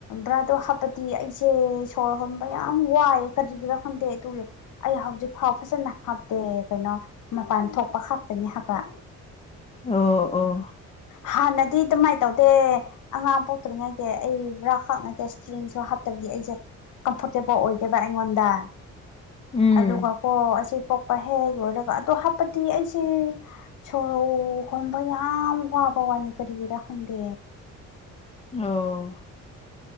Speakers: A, on the left; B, on the left.
A: ꯭ꯔꯥꯗꯣ ꯍꯥ ꯗꯤ ꯑꯩꯁꯦ ꯁꯣꯔ ꯍꯣꯟꯕ ꯌꯥꯝ ꯋꯥꯏꯑꯦ ꯀꯔꯤꯒꯤꯔꯥ ꯈꯪꯗꯦ ꯑꯗꯨꯒꯤ ꯑꯩ ꯍꯧꯖꯤꯛꯐꯥꯎ ꯐꯖꯅ ꯍꯥꯞꯇꯦ ꯀꯩꯅꯣ ꯃꯄꯥꯟ ꯊꯣꯛꯄ ꯈꯞꯇꯅꯤ ꯍꯥꯞꯄ
B: ꯑꯣ ꯑꯣ
A: ꯍꯥꯟꯅꯗꯤ ꯑꯗꯨꯃꯥꯏꯅ ꯇꯧꯗꯦ ꯑꯉꯥꯡ ꯄꯣꯛꯇ꯭ꯔꯤꯉꯩꯗ ꯑꯩ ꯕꯔꯥ ꯈꯛ ꯅꯠꯇꯦ ꯏꯁꯇ꯭ꯔꯤꯡꯁꯨ ꯍꯥꯞꯇ꯭ꯔꯗꯤ ꯑꯩꯁꯦ ꯀꯝꯐꯣꯔꯇꯦꯕꯜ ꯑꯣꯏꯗꯦꯕ ꯑꯩꯉꯣꯟꯗ
B: ꯎꯝ
A: ꯑꯗꯨꯒ ꯀꯣ ꯑꯁꯤ ꯋꯥ ꯍꯦꯛ ꯂꯣꯏꯔꯒ ꯑꯗꯣ ꯍꯥꯞꯄꯗꯤ ꯑꯩꯁꯦ ꯁꯣꯔ ꯍꯣꯟꯕ ꯌꯥꯝ ꯋꯥꯕꯋꯥꯅꯤ ꯀꯔꯤ ꯒꯤꯔꯥ ꯈꯪꯗ
B: ꯑꯣ